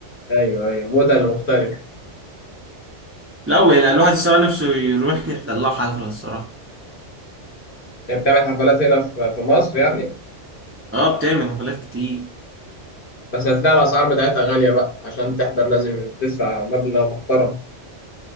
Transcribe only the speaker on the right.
لا ولا الواحد الصراحة نفسه يروح يحضر لها حفلة الصراحة
اه بتعمل حفلات كتير